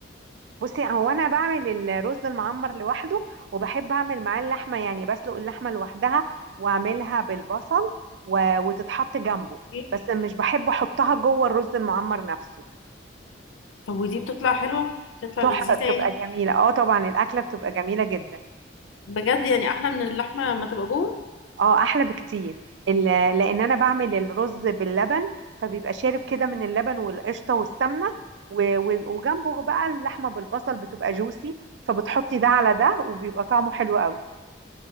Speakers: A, on the right (about 65°); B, on the left (about 80°).
A: بصي هو انا بعمل الرز المعمر لوحده وبحب اعمل معاه اللحمة يعني بسلق اللحمة لوحدها واعملها بالبصل و... وتتحط جنبه
B: ايه
A: بس مش بحب احطها جوه الرز المعمر نفسه.
B: طب ودي بتطلع حلوه بتطلع
A: تحفة
B: لذيذه
A: بتبقى
B: يعني
A: جميلة اه طبعا الأكلة بتبقى جميلة جدا
B: بجد يعني احلى من اللحمه لما تبقى جوه
A: اه أحلى بكتير ال- لأن أنا بعمل الرز باللبن فبيبقى شارب كده من اللبن والقشطة والسمنة و- و- وجنبه بقى اللحمة بالبصل بتبقى جوسي فبتحطي ده على ده وبيبقى طعمه حلو قوي